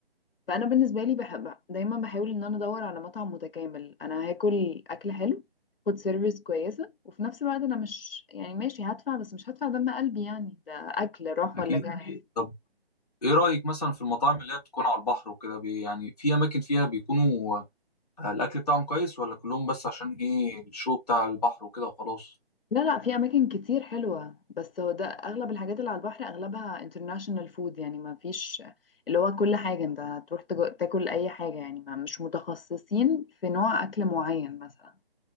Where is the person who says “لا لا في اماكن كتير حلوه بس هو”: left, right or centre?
Left